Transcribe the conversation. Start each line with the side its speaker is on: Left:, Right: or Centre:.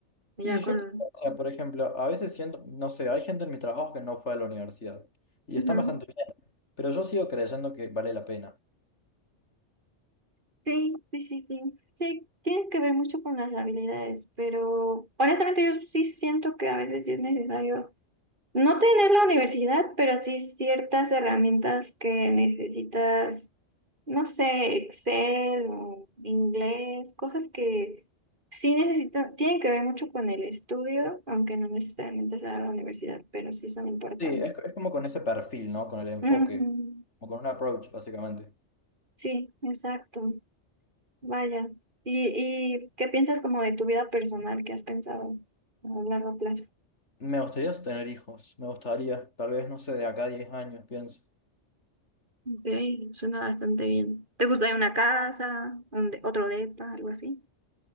Right: ya
Left: Y
Right: con...
Left: yo creo, o sea, por ejemplo, a veces siento, no sé, hay gente en mi trabajo que no fue a la universidad y
Right: Ujú.
Left: están bastante bien, pero yo sigo creyendo que vale la pena.
Right: Sí, sí, sí, sí. Sí, tiene que ver mucho con las habilidades, pero honestamente yo sí siento que a veces sí es necesario no tener la universidad, pero sí ciertas herramientas que necesitas, no sé, Excel o inglés, cosas que sí necesitan, tienen que ver mucho con el estudio, aunque no necesariamente sea la universidad, pero sí son importantes.
Left: Sí, es, es como con ese perfil, ¿no? Con el enfoque,
Right: Ujú,
Left: como con un approach, básicamente.
Right: Sí, exacto. Vaya. ¿Y, y qué piensas como de tu vida personal? ¿Qué has pensado a largo plazo?
Left: Me gustaría tener hijos, me gustaría, tal vez, no sé, de acá a 10 años, pienso.
Right: Ok, suena bastante bien. ¿Te gustaría una casa, un de- otro depa, algo así?